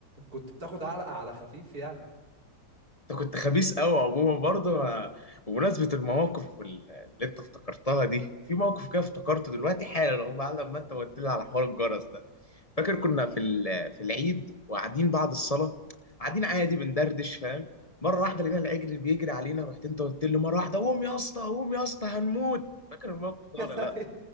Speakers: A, on the right (about 60°); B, on the left (about 30°).
A: كنت بتاخد علقه على خفيف يعني
B: انت كنت خبيث قوي عموما برضه انا- بمناسبة المواقف وال- اللي انت افتكرتها دي في موقف كده افتكرته دلوقتي حالا اهو بعد ما انت قلت لي على حوار الجرس ده فاكر كنا في ال- في العيد وقاعدين بعد الصلاه قاعدين عادي بندردش فاهم مره واحده لقينا العجل بيجري علينا رحت انت قلت له مره واحده قوم يا اسطى قوم يا اسطى هنموت فاكر الموقف
A: <laughs>
B: ده ولا لا